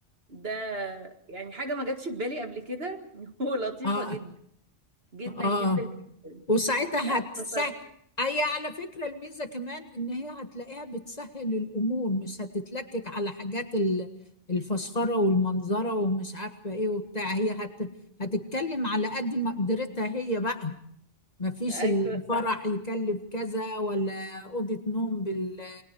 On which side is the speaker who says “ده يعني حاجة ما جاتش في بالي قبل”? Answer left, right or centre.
Right